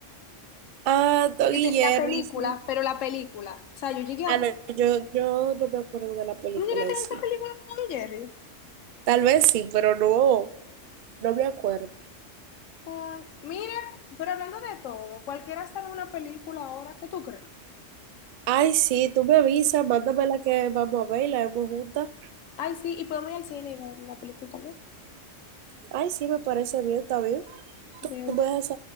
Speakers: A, on the right; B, on the left.
A: Ah, Tom
B: Este,
A: y Jerry,
B: La película,
A: sí.
B: pero la película. O sea, yo llegué a
A: Ah,
B: ver.
A: no, yo, yo no me acuerdo de la película
B: ¿Tú no llegaste
A: en
B: a ver
A: sí.
B: esa película de Tom y Jerry?
A: Tal vez sí, pero no, no me acuerdo.
B: Ah, mira, pero hablando de todo, cualquiera sabe una película ahora, ¿qué tú crees?
A: Ay, sí, tú me avisas, mándame la que vamos a ver y la vemos juntas.
B: Ay, sí, y podemos ir al cine y ver una película también.
A: Ay, sí, me parece bien, está bien.
B: Ok.
A: Tú me dejas